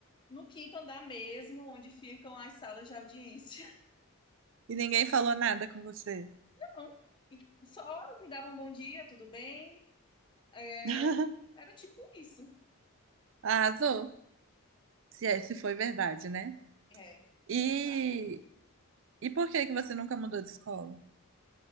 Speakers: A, on the left; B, on the right.
A: no quinto andar mesmo, onde ficam as salas de audiência.
B: E ninguém falou nada com você.
A: <laughs> E só me davam um bom dia, tudo bem? É,
B: <laughs>
A: era tipo isso.
B: Arrasou. Se é, se foi verdade, né?
A: É,
B: E,
A: quem sabe?
B: e por que que você nunca mudou de escola?